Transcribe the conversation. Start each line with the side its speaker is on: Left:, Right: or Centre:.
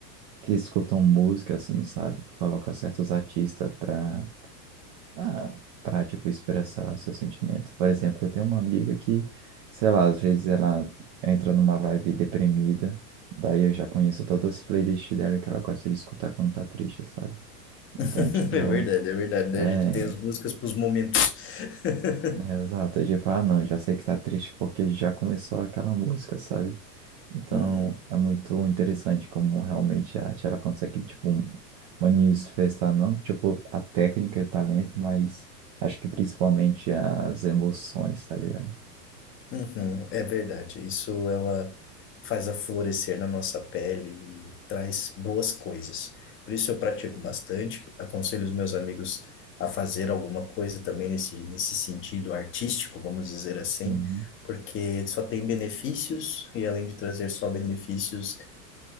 Right: que escutam música, assim, sabe, colocam certos artistas para ah, pra, tipo, expressar o seu sentimento. Por exemplo, eu tenho uma amiga que, sei lá, às vezes ela entra numa vibe deprimida, daí eu já conheço todas as playlists dela que ela gosta de escutar quando tá triste, sabe?
Left: <laughs>
Right: Então, tipo,
Left: É verdade, é verdade,
Right: é,
Left: né? A gente tem as músicas para os momentos. <laughs>
Right: é exato, eu já falo, ah, não, já sei que tá triste porque já começou aquela música, sabe? Então,
Left: Uhum.
Right: é muito interessante como realmente a arte ela consegue, tipo, manifestar não, tipo, a técnica e o talento, mas acho que principalmente as emoções, tá ligado?
Left: Uhum, é verdade. Isso ela faz a florescer na nossa pele e traz boas coisas. Por isso eu pratico bastante. Aconselho os meus amigos a fazer alguma coisa também nesse, nesse sentido artístico, vamos dizer assim,
Right: Uhum,
Left: porque só tem benefícios e além de trazer só benefícios,